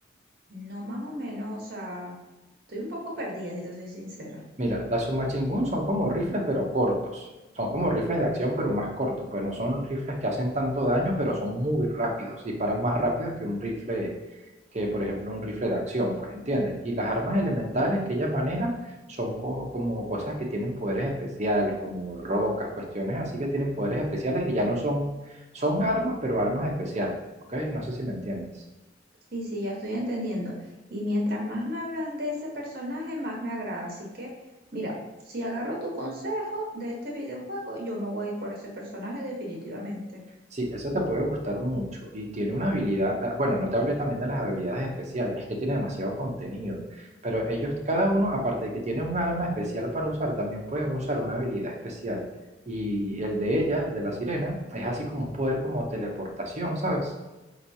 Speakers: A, on the right (about 55°); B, on the right (about 40°).
A: No más o menos, o sea, estoy un poco perdida, si te soy sincera.
B: Mira, las submachine son como rifles, pero cortos. Son como rifles de acción, pero más cortos. Pues no son rifles que hacen tanto daño, pero son muy rápidos. Disparan más rápido que un rifle, que por ejemplo un rifle de acción, pues, ¿entiendes? Y las armas elementales que ella maneja son co- como cosas que tienen poderes especiales, como rocas, cuestiones así que tienen poderes especiales y ya no son, son armas, pero armas especiales, ¿ok? No sé si me entiendes.
A: Sí, sí, ya estoy entendiendo. Y mientras más me hablas de ese personaje, más me agrada. Así que, mira, si agarro tu consejo de este videojuego, yo me voy a ir por ese personaje definitivamente.
B: Sí, eso te puede gustar mucho y tiene una habilidad, ah, bueno, no te hablé también de las habilidades especiales, es que tiene demasiado contenido, pero ellos cada uno, aparte de que tiene un arma especial para usar, también pueden usar una habilidad especial. Y el de ella, el de la sirena, es así como un poder como teleportación, ¿sabes?